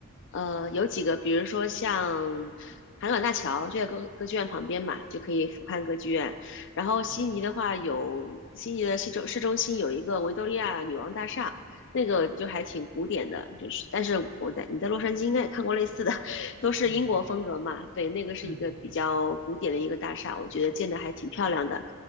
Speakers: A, on the left; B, on the right.
A: 呃，有几个，比如说像海港大桥就在歌歌剧院旁边嘛，就可以俯瞰歌剧院。然后悉尼的话有，
B: 嗯
A: 悉尼的市中市中心有一个维多利亚女王大厦，那个就还挺古典的，就是但是我在你在洛杉矶应该也看过类似的，<laughs> 都是英国风格嘛。
B: 嗯。
A: 对，那个是一个比较古典的一个大厦，
B: 嗯嗯
A: 我觉得建的还挺漂亮的。